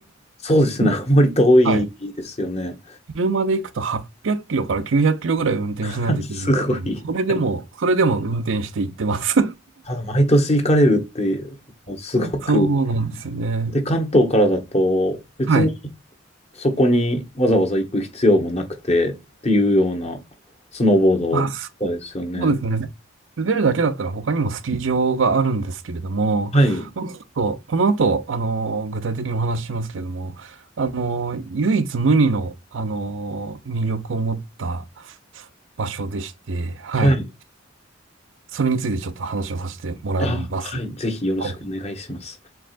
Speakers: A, on the left; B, on the right.
A: そうですね。
B: <laughs>
A: あまり遠いですよね。
B: はい。車で行くと800キロから900キロぐらい運転しないといけないんですけども、
A: <laughs> すごい。
B: それでも、
A: あの
B: それでも運転して行ってます。
A: 毎年行かれるって、もうすごく。
B: <laughs> そうなんですよね。
A: で、関東からだと、別に
B: はい。
A: そこにわざわざ行く必要もなくてっていうようなスノーボードですよね。
B: まあ、そうですね。滑るだけだったら他にもスキー場があるんですけれども、
A: はい。
B: まあちょっとこの後、あの、具体的にお話ししますけれども、あの、唯一無二の、あの、魅力を持った場所でして、はい。
A: はい。
B: それについてちょっと話をさせてもらいます。
A: あ、はい。ぜひよろしくお願いします。
B: はい。